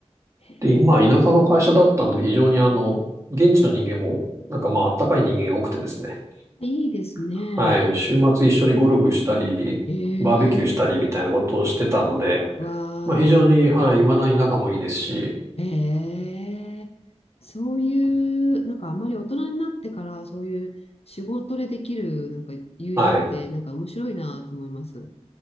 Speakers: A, on the left; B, on the right.
A: へえ、
B: で、まあ、田舎の会社だったので、非常にあの、
A: うん
B: 現地の人間も、なんかまあ、あったかい人間が多くてですね。
A: いいですね。
B: はい。週末一緒にゴルフしたり、
A: ええ
B: バーベキューしたりみたいなことをしてたので、
A: わあ。
B: まあ、非常に、はい、未だに仲もいいですし、
A: ええそういう、なんかあんまり大人になってからそういう仕事でできるなんか友人ってなんか面白いなと思います。
B: はい。